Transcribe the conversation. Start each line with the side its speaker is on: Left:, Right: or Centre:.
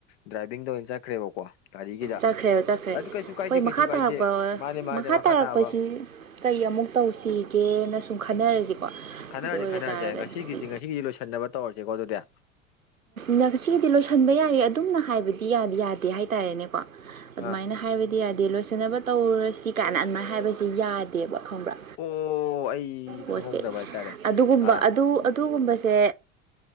Left: ꯗ꯭ꯔꯥꯏꯚꯤꯡꯗ ꯑꯣꯏꯅ ꯆꯠꯈ꯭ꯔꯦꯕꯀꯣ ꯒꯥꯔꯤꯒꯤꯗ
Right: ꯆꯠꯈ꯭ꯔꯦꯕ ꯆꯠꯈ꯭ꯔꯦ
Left: ꯑꯗꯨ ꯀꯩꯁꯨ ꯀꯥꯏꯗꯦ
Right: ꯍꯣꯏ ꯃꯈꯥ
Left: ꯀꯩꯁꯨ
Right: ꯇꯥꯔꯛꯄ
Left: ꯀꯥꯏꯗꯦ ꯃꯥꯅꯦ ꯃꯥꯅꯦ ꯃꯈꯥ
Right: ꯇꯥꯔꯛꯄꯁꯤ
Left: ꯇꯥꯕ
Right: ꯀꯩ ꯑꯃꯨꯛ ꯇꯧꯁꯤꯒꯦꯅ ꯁꯨꯝ ꯈꯟꯅꯔꯁꯤꯀꯣ
Left: ꯈꯟꯅꯔꯁꯤ
Right: ꯑꯗꯨ ꯑꯣꯏꯕ
Left: ꯈꯟꯅꯔꯁꯦ
Right: ꯇꯥꯔꯒꯗꯤ
Left: ꯉꯁꯤꯒꯤꯗꯤ ꯉꯁꯤꯒꯤꯗꯤ ꯂꯣꯏꯁꯟꯅꯕ ꯇꯧꯔꯁꯦꯀꯣ ꯑꯗꯨꯗꯤ
Right: ꯉꯁꯤꯒꯤꯗꯤ ꯂꯣꯏꯁꯤꯟꯕ ꯌꯥꯏ ꯑꯗꯨꯝꯅ ꯍꯥꯏꯕꯗꯤ ꯌꯥꯗꯤ ꯌꯥꯗꯦ ꯍꯥꯏꯇꯥꯔꯦꯅꯦꯀꯣ
Left: ꯑꯥ
Right: ꯑꯗꯨꯃꯥꯏꯅ ꯍꯥꯏꯕꯗꯤ ꯌꯥꯗꯦ ꯂꯣꯏꯁꯤꯟꯅꯕ ꯇꯧꯔꯁꯤ ꯀꯥꯏꯅ ꯑꯗꯨꯃꯥꯏꯅ ꯍꯥꯏꯕꯁꯤ ꯌꯥꯗꯦꯕ ꯈꯪꯕ꯭ꯔꯥ
Left: ꯑꯣ ꯑꯩ
Right: ꯄꯣꯁꯦ
Left: ꯈꯪꯍꯧꯗꯕ ꯍꯥꯏꯇꯥꯔꯦ
Right: ꯑꯗꯨꯒꯨꯝꯕ
Left: ꯑꯥ
Right: ꯑꯗꯨ ꯑꯗꯨꯒꯨꯝꯕꯁꯦ